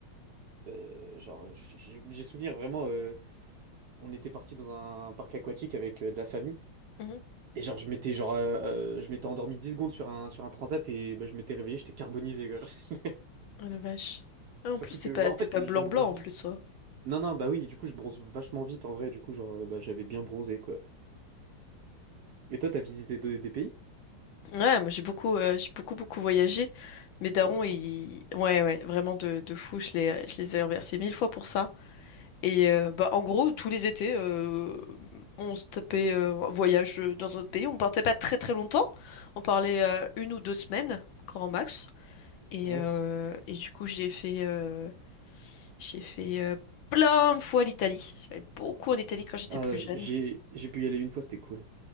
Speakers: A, on the right; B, on the left.
A: Euh, genre, j- j- j'ai souvenir vraiment, euh, on était parti dans un parc aquatique avec euh, de la famille.
B: mhm.
A: Et genre, je m'étais genre, euh, euh, je m'étais endormi 10 secondes sur un, sur un transat et bah, je m'étais réveillé, j'étais carbonisé. quoi. <laughs>
B: Oh la vache. Ah,
A: Surtout
B: en plus, c'est
A: que,
B: pas,
A: ouais, en
B: t'es
A: fait,
B: pas blanc-blanc
A: je bronze
B: en
A: vite.
B: plus, ouais.
A: Non, non, bah oui, du coup, je bronze vachement vite en vrai. Du coup, genre, euh, bah, j'avais bien bronzé, quoi. Et toi, t'as visité de- des pays?
B: Ouais, moi j'ai beaucoup, euh, j'ai beaucoup beaucoup voyagé. Mes darons,
A: Ah, la chance.
B: ils, ouais ouais, vraiment de, de fou. Je les, je les ai remerciés mille fois pour ça. Et euh, bah en gros, tous les étés, euh, on se tapait euh, un voyage dans un autre pays. On partait pas très très longtemps. On parlait euh, une ou deux semaines, grand max. Et
A: ouais
B: euh, et du coup, j'ai fait, euh, j'ai fait euh, plein de fois l'Italie. J'allais beaucoup en Italie quand j'étais
A: Ah,
B: plus
A: j-
B: jeune.
A: j'ai j'ai pu y aller une fois, c'était cool.